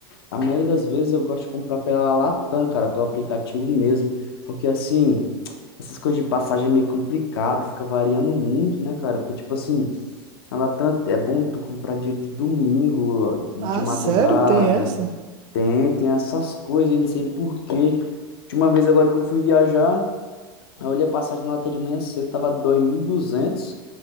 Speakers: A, on the left (about 80°); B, on the right (about 40°).
A: a maioria das vezes eu gosto de comprar pela Latam, cara, pelo aplicativo mesmo, porque assim, essas coisas de passagem é meio complicado, fica variando muito, né, cara? Porque, tipo assim, a Latam é bom tu comprar dia de domingo, de
B: Ah,
A: madrugada,
B: sério? Tem essa?
A: tem, tem essas coisas, eu não sei por quê. Última vez agora que eu fui viajar, eu olhei a passagem na Latam de manhã cedo, tava 2.200